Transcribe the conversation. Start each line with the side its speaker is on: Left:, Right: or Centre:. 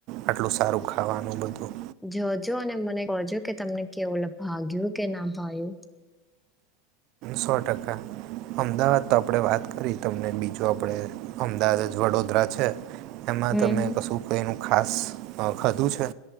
Right: આટલું સારું ખાવાનું બધું.
Centre: જોજો અને મને કોજો કે તમને કેવું ભાગ્યું કે ના ભાયું
Right: સો ટકા અમદાવાદ તો આપડે વાત કરી તમને બીજું આપણે અમદાવાદ જ વડોદરા છે. એમાં
Centre: હમ
Right: તમે
Centre: હમ.
Right: કશું કંઈનું ખાસ ખધું છે.